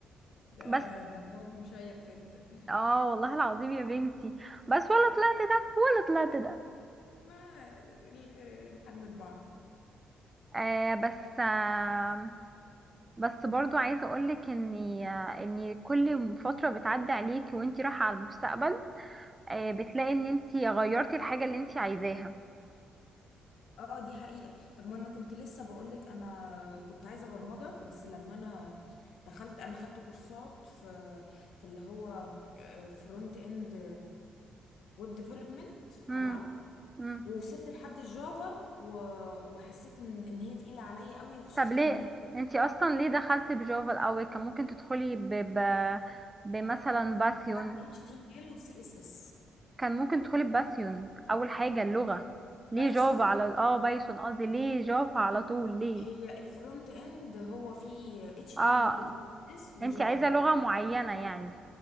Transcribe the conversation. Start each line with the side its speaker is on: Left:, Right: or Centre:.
Left: ده
Right: بس
Left: ده حوار مشيق جدا
Right: اه والله العظيم يا بنتي بس ولا طلعت ده ولا طلعت ده
Left: ما ال- الحال من بعضه
Right: آه بس آه بس برضو عايزه اقولك اني آه، ان كل فتره بتعدي عليك وانتي رايحه على المستقبل آه، بتلاقي ان انت غيرتي الحاجة اللي انت عايزاها
Left: اه دي حقيقة طب ما انا كنت لسه بقولك انا كنت عايزة برمجة بس لما انا دخلت انا خدت كورسات في في اللي هو فرونت اند ويب ديفلوبمنت
Right: امم
Left: تمام
Right: امم
Left: ووصلت لحد الجافا و- وحسيت ان ان هي تقيلة عليا قوي وخصوصا
Right: طب ليه
Left: ان هي
Right: انت اصلا ليه دخلت بجافا الاول كان ممكن تدخلي ب... ب... بمثلا باثيون
Left: خدت اتش تي ام ال وسي اس اس
Right: كان ممكن تدخلي بباثيون اول حاجة اللغة ليه
Left: بايثون
Right: جافا على اه بايثون قصدي ليه جافا على طول ليه
Left: هي الفرونت اند هو فيه اتش
Right: اه
Left: تي ام ال وسي اس اس وجافا
Right: انت عايزة لغة معينة يعني